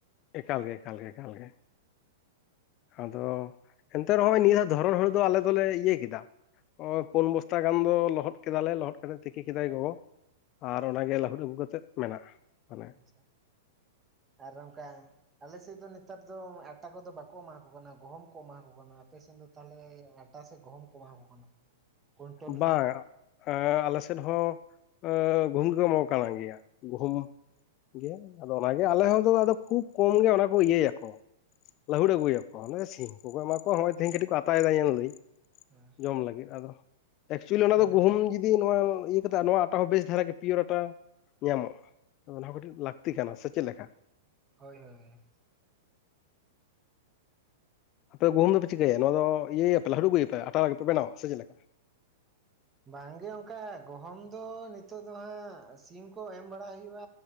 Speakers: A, on the left; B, on the right.
A: ᱮᱠᱟᱞᱜᱮ ᱮᱠᱟᱞ ᱜᱮ ᱮᱠᱟᱞ ᱜᱮ᱾ ᱟᱫᱚ ᱮᱱᱛᱮ ᱱᱚᱜᱼᱚᱭ ᱱᱤᱭᱟᱹ ᱫᱷᱚᱨᱚᱱ ᱦᱩᱲᱩ ᱫᱚ ᱟᱞᱮ ᱫᱚᱞᱮ ᱤᱭᱟᱹ ᱠᱮᱫᱟ᱾ ᱯᱩᱱ ᱵᱚᱥᱛᱟ ᱜᱟᱱ ᱫᱚ ᱞᱚᱦᱚᱫ ᱠᱮᱫᱟᱞᱮ ᱞᱚᱦᱚᱫ ᱠᱟᱛᱮᱜ ᱛᱤᱠᱤ ᱠᱮᱫᱟᱭ ᱜᱚᱜᱚ᱾ ᱟᱨ ᱚᱱᱟᱜᱮ ᱞᱟᱹᱦᱩᱫ ᱟᱹᱜᱩ ᱠᱟᱛᱮᱫ ᱢᱮᱱᱟᱜᱼᱟ᱾ ᱢᱟᱱᱮ
B: ᱟᱪᱪᱷᱟ ᱟᱨ ᱱᱚᱝᱠᱟ᱾ ᱟᱞᱮᱥᱮᱫ ᱫᱚ ᱱᱮᱛᱟᱨ ᱫᱚ ᱟᱴᱟ ᱠᱚᱫᱚ ᱵᱟᱠᱚ ᱮᱢᱟ ᱠᱚ ᱠᱟᱱᱟ? ᱜᱚᱦᱩᱚᱢ ᱠᱚ ᱮᱢᱟ ᱠᱚ ᱠᱟᱱᱟ᱾ ᱟᱯᱮᱥᱮᱫ ᱫᱚ ᱛᱟᱦᱚᱞᱮ? ᱯᱟ ᱥᱮ ᱜᱚᱦᱚᱢ ᱠᱚ ᱮᱢᱟ ᱠᱚ ᱠᱟᱱᱟ᱾ ᱠᱩᱭᱱᱴᱚᱞ
A: ᱵᱟᱝ
B: ᱨᱮ
A: ᱟᱞᱮ ᱥᱮᱫ ᱦᱚᱸ ᱜᱩᱦᱩᱢᱜᱮᱠᱚ ᱮᱢᱚᱜ ᱠᱟᱱᱟ ᱜᱮᱭᱟ ᱜᱩᱦᱩᱢ᱾ ᱜᱮ ᱟᱫᱚ ᱚᱱᱟᱜᱮ ᱟᱞᱮ ᱦᱚᱸ ᱟᱫᱚ ᱠᱷᱩᱵ ᱠᱚᱢ ᱜᱮ ᱚᱱᱟ ᱠᱚ ᱤᱭᱟᱹᱭᱟᱠᱚ᱾ ᱞᱟᱹᱦᱩᱲ ᱟᱹᱜᱩᱭᱟᱠᱚ ᱱᱚᱜᱚᱭ ᱥᱤᱢ ᱠᱚᱠᱚ ᱢᱟᱠᱚ ᱱᱚᱜᱼᱚᱭ ᱛᱮᱦᱮᱧ ᱠᱟᱹᱴᱤᱡ ᱠᱚ ᱟᱛᱟᱭᱮᱫᱟ ᱧᱮᱞ ᱢᱮᱥᱮ᱾
B: ᱦᱳᱭ
A: ᱡᱚᱢ ᱞᱟᱹᱜᱤᱫ ᱟᱫᱚ ᱮᱠᱪᱩᱞᱤ ᱚᱱᱟ
B: ᱦᱳᱭ
A: ᱫᱚ ᱜᱩᱦᱩᱢ ᱡᱩᱫᱤ ᱱᱚᱣᱟ ᱤᱭᱟᱹ ᱠᱟᱛᱮ ᱱᱚᱣᱟ᱾ ᱚᱱᱟ ᱦᱚᱸ ᱵᱮᱥ ᱫᱷᱟᱨᱟ ᱜᱮ ᱯᱤᱭᱚᱨ ᱟᱴᱟ ᱧᱟᱢᱚᱜᱼᱟ ᱚᱱᱟ ᱦᱚᱸ ᱠᱟᱹᱴᱤᱡ ᱞᱟᱹᱠᱛᱤ ᱠᱟᱱᱟ᱾ ᱥᱮ ᱪᱮᱫ ᱞᱮᱠᱟ?
B: ᱦᱳᱭᱼᱦᱳᱭ᱾
A: ᱛᱚᱵᱮ ᱜᱩᱦᱩᱢ ᱫᱚᱯᱮ ᱪᱤᱠᱟᱹᱭᱟ ᱱᱚᱣᱟ ᱫᱚ ᱤᱭᱟᱹ ᱭᱟᱯᱮ ᱦᱟ. ᱲᱟᱰ ᱦᱩᱭᱟᱯᱮ ᱟᱛᱟᱨᱟᱜ ᱜᱮᱯᱮ ᱵᱮᱱᱟᱣᱟ ᱥᱮ ᱪᱮᱫ ᱞᱮᱠᱟ?
B: ᱵᱟᱝᱜᱮ ᱚᱱᱠᱟ ᱜᱚᱦᱚᱢ ᱫᱚ ᱱᱤᱛᱚᱜ ᱫᱚ ᱦᱟᱸᱜ ᱥᱤᱢ ᱠᱚ ᱮᱢ ᱵᱟᱲᱟ ᱦᱩᱭᱩᱜᱼᱟ᱾